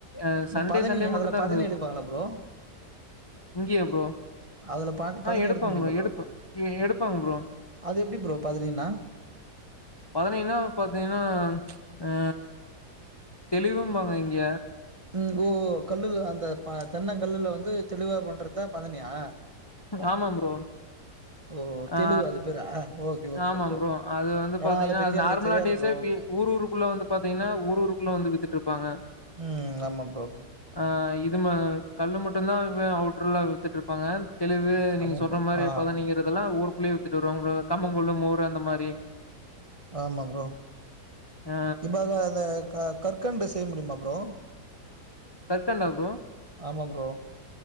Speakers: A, on the left; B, on the right.
A: ஆ சண்டே
B: பதனி
A: சண்டே மட்டுந்தா
B: அதுல பதனி
A: இருந்தது
B: எடுப்பாங்களா
A: இப்போ
B: ப்ரோ
A: இங்கியா ப்ரோ
B: அதுல ப
A: ஆ
B: பதனி
A: எடுப்பாங்
B: எடுக்க முடியுமா
A: ப்ரோ எடுப்ப ஏ எடுப்பாங்க ப்ரோ
B: அது எப்டி ப்ரோ பதனீனா
A: பதனீனா பாத்தீங்னா ஆ தெளிவும் பாங்க இங்க
B: ம் ஓ கல்லுல அந்த ப தென்ன கல்லுல வந்து தெளிவா பண்றத்தா பதனியா
A: ஆமா ப்ரோ
B: ஓ தெலுகு
A: ஆ
B: அது பேரா ஓகே ஓகே
A: ஆமா ப்ரோ அது வந்து
B: ஏன்னா
A: பாத்தீங்னா
B: அத பத்தி
A: அது
B: எனக்கு
A: நார்ம்லா
B: தெரியாது
A: டேஸே
B: ப்ரோ
A: பீம் ஊர்ஊருக்குள்ள வந்து பாத்தீங்னா ஊர்ஊருக்குள்ள வந்து வித்திட்ருப்பாங்க
B: ம் ஆமா ப்ரோ
A: ஆ இது ம கல்லு மட்டுந்தா வே அவுட்ருல்ல வித்திட்ருப்பாங்க தெளிவு நீங்க
B: ஆமா
A: சொல்ற
B: ப்ரோ
A: மாரி
B: ஆ
A: பதனீங்கறதெல்லா ஊருக்குள்யே வித்துட்டு வருவாங் ப்ரோ கம்மங்கூல்லு மோரு அந்த மாரி
B: ஆமா ப்ரோ
A: ஆ
B: பத த க கற்கண்டு செய்ய முடிய்மா ப்ரோ
A: கற்கண்டா ப்ரோ
B: ஆமா ப்ரோ